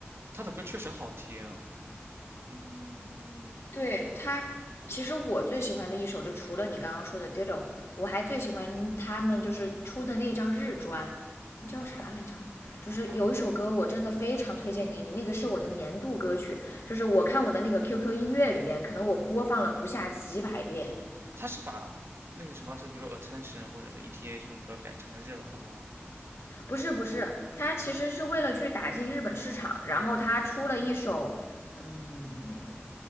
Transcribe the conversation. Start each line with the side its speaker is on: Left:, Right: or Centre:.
Right: 他的歌确实好听，嗯，
Left: 对，他，其实我最喜欢的一首，就除了你刚刚说的《Diddle》，我还最喜欢他们就是出的那张日专，叫啥来着？
Right: 哦，
Left: 就是有一首歌，我真的非常推荐给你，那个是我的年度歌曲，就是我看我的那个 QQ 音乐里面，可能我播放了不下几百遍。
Right: 他是把那个什么是，比如说 attention 或者是 ETA 这种歌改成日文了吗？
Left: 不是不是，他其实是为了去打进日本市场，然后他出了一首，嗯，